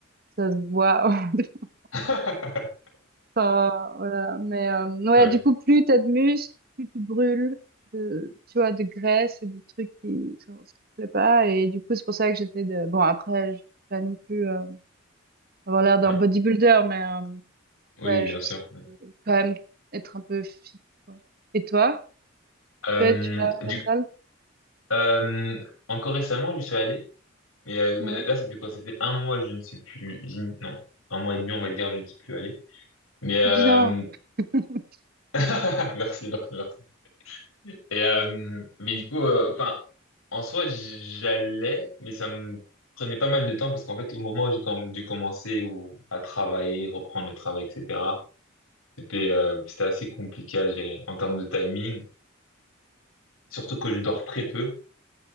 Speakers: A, on the right; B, on the left.
A: ça se voit. <laughs>
B: <laughs>
A: Enfin, voilà. Mais euh, ouais,
B: Ouais.
A: du coup, plus t'as de muscles, plus tu brûles de, tu vois, de graisse et de trucs qui, enfin, ce qui te plaît pas. Et du coup, c'est pour ça que j'étais de. Bon, après, je vais pas non plus euh, avoir l'air d'un
B: Ouais.
A: bodybuilder, mais euh,
B: Oui,
A: Ouais,
B: bien
A: juste
B: sûr. ouais.
A: euh, quand même être un peu fit, quoi. Et toi,
B: Euh,
A: peut-être tu vas à
B: du,
A: la salle?
B: euh, encore récemment, je suis allé, mais euh, mais
A: Ouais.
B: là, ça fait quoi? Ça fait un mois, je ne suis plus, j'y- non, un mois et demi, on va dire, je ne suis plus allé. Mais euh...
A: Eh Bien. <laughs>
B: <laughs> merci, merci, merci. Et, euh, mais du coup, euh, enfin, en soi, j'allais, mais ça me prenait pas mal de temps parce qu'en fait, au moment où j'ai com- dû commencer ou à travailler, reprendre le travail, etc., c'était euh, c'était assez compliqué à gérer en termes de timing, surtout que je dors très peu.